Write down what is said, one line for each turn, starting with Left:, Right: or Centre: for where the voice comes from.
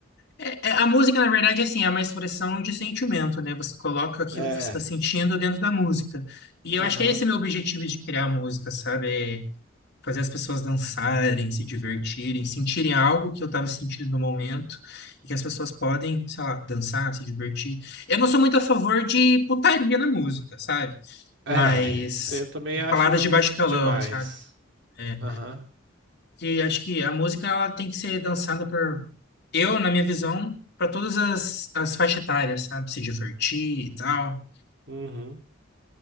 Left: É- é- a música, na verdade, é, assim, é uma expressão de sentimento, né? Você coloca aquilo
Right: É,
Left: que você está sentindo dentro da música. E
Right: aham.
Left: eu acho que é esse meu objetivo de criar música, sabe? É fazer as pessoas dançarem, se divertirem, sentirem algo que eu estava sentindo no momento, e que as pessoas podem, sei lá, dançar, se divertir. Eu não sou muito a favor de putaria na música, sabe?
Right: É,
Left: Mas
Right: isso aí eu também acho
Left: palavras de baixo calão,
Right: demais.
Left: sabe? É.
Right: Aham.
Left: E acho que a música ela tem que ser dançada por, eu, na minha visão, para todas as, as faixas etárias, sabe? Se divertir e tal.
Right: Uhum.